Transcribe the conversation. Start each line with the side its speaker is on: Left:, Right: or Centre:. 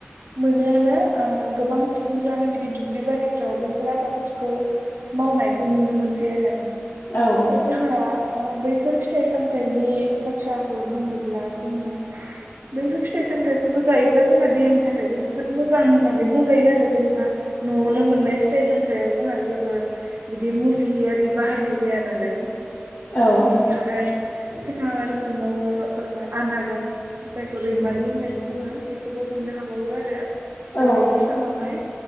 Right: मोनोआनो ओ गोबां सुबुंफ्रानो बिदि दुब्लि बारिफ्राव बैफोर आबादफोरखौ मावनायखौ नुनो मोनसै आरो
Left: औ
Right: <unintelligible> जोंहा ओ बैफोर फिथाइ सामथाइनि बाथ्राखौ बुङोब्ला जोङो बैफोर फिथाइ सामथायफोरखौ जायोब्ला जोंहा देहानि थाखायबो जोबोद मोजां होननानै बुंजायो आरो जेनेबा न'आवनो मोननाय फिथाइ सामथाइयाव जोंहा जेबो बिदि मुलि आरि बाहायनाय जाया नालाय <unintelligible>
Left: औ
Right: ओमफ्राय जोंहा आरो मोनबावो ओ आनारस जायखौ रैमालि होननानै बुङो बेखौबो मोननो हाबावो आरो। आरो दा
Left: औ
Right: बायदि समावहाय।